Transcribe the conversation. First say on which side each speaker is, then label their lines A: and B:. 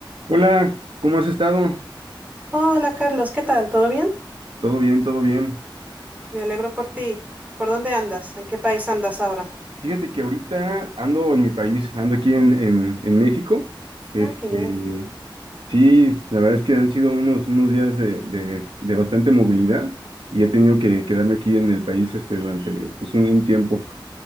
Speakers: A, on the right (about 85°); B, on the right (about 20°).
A: Hola, ¿cómo has estado?
B: Hola Carlos, ¿qué tal? ¿Todo bien?
A: Todo bien, todo bien.
B: Me alegro por ti. ¿Por dónde andas? ¿En qué país andas ahora?
A: Fíjate que ahorita ando en mi país, ando aquí en, en, en México. Este,
B: Ah, qué bien.
A: sí, la verdad es que han sido unos, unos días de, de, de bastante movilidad y he tenido que quedarme aquí en el país este, durante pues, un, un tiempo.